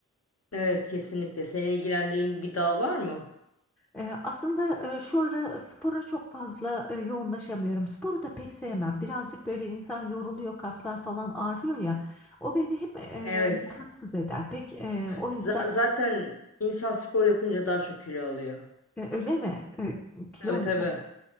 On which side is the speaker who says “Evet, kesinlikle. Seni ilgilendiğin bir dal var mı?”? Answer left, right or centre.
Left